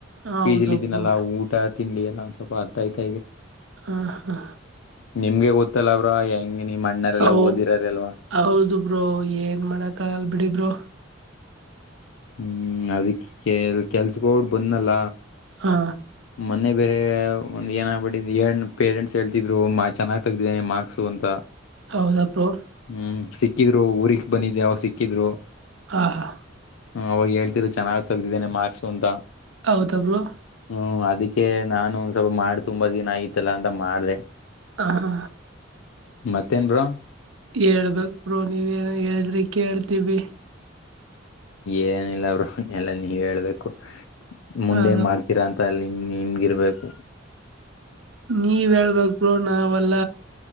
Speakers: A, on the right (about 75°); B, on the left (about 80°).
A: ಹೌದು
B: ಬೀಜ್ಲಿ ಇದಿದ್ದೀನಲ್ಲಾ
A: ಬ್ರೋ
B: ಊಟ ತಿಂಡಿ ಎಲ್ಲ ಒಂದ ಸ್ವಲ್ಪ ಅರ್ತ ಆಯತ ಇದೆ
A: ಹಾ ಹಾ
B: ನಿಮ್ಗೆ ಗೊತ್ತಲ್ಲ ಅವ್ರ ಹೆಂಗ ನಿಮ್ ಅಣ್ಣರೆಲ್ಲಾ
A: ಹ
B: ಓದಿರಾರಲ್ವಾ
A: ಹೌದು ಬ್ರೋ ಏನ್ ಮಾಡಕ ಆಗಲ್ ಬಿಡಿ ಬ್ರೋ
B: ಹ್ಮ್ ಅದಕ್ಕೆ ಕೆ ಕೆಲ್ಸಕ್ಕೋಡ್ ಬಂದಲ್ಲ
A: ಹಾ
B: ಮೊನ್ನೆ ಬೇರೆ ಒಂದು ಏನಾಗಬಿಟ್ಟು ಏ ಪೇರೆಂಟ್ಸ್ ಹೇಳ್ತಿದ್ರು ಚೆನ್ನಾಗ್ ತಗ್ದಿದ್ದನೆ ಮಾರ್ಕ್ಸು ಅಂತ
A: ಹೌದ ಬ್ರೋ
B: ಹ್ಮ್ ಸಿಕ್ಕಿದ್ರು ಊರಿಗೆಗ್ ಬಂದಿದ್ದ ಯಾವ ಸಿಕ್ಕಿದ್ರು
A: ಹಾ ಹಾ
B: ಹ ಅವಾಗ ಹೇಳ್ತತಿರು ಚನ್ನಾಗ್ ತೆಗ್ದಿದ್ದೇನೆ ಮಾರ್ಕ್ಸು ಅಂತ
A: ಹೌದ ಬ್ರೋ,
B: ಹ್ಮ್ ಅದಕ್ಕೆ ನಾನು ಸ್ವಲ್ಪ ಮಾಡಿ ತುಂಬಾ ದಿನ ಆಯತಲ್ಲ ಅಂತ ಮಾದೆ,
A: ಹ್ಮ
B: ಮತ್ತೇನ್ ಬ್ರೋ
A: ಹೇಳ್ಬೇಕಕ್ೋ ನೀವ ಏನ ಹೇಳಿದ್ರಿ ಕೇಳ್ತೀವಿ,
B: ಏನಿಲ್ಲ ಅವರು ಎಲ್ಲ ನೀವ್ ಹೇಳ್ಬೇಕು, ಮುಂದೇಏನ್
A: ಅ
B: ಮಾಡ್ತೀರಾ ಅಂತ ಅಲ್ಲಿ ನಿಮ್ಗಿರ್ಬೇಕು
A: ನೀವ್ ಹೇಳ್ಬೇಕ ಬ್ರೋ ನಾವಲ್ಲ,